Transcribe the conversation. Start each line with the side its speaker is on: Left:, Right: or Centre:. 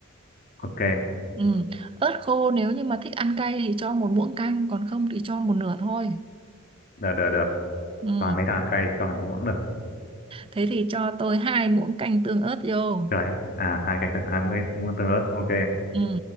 Left: Ok,
Right: Ừ. Ớt khô nếu như mà thích ăn cay thì cho một muỗng canh còn không thì cho một nửa thôi.
Left: được được được.
Right: Ừ.
Left: Và mấy thằng ăn cay cho hẳn muỗng được.
Right: Thế thì cho tôi hai muỗng canh tương ớt vô.
Left: Trời ạ. À, hai canh tương- hai muỗng muỗng tương ớt. Ok.
Right: Ừ.